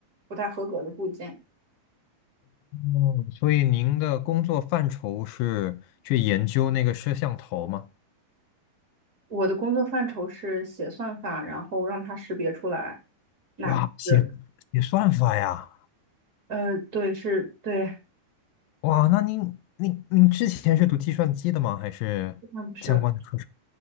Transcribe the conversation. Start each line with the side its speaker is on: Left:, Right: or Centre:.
Right: 不太合格的部件。
Left: 哦，所以您的工作范畴是去研究那个摄像头吗？
Right: 我的工作范畴是写算法，然后让它识别出来哪个是，
Left: 哇，写写算法呀！
Right: 呃，对，是，对，
Left: 哇，那您您您之前是读计算机的吗？还是相关的课程？
Right: 那不是。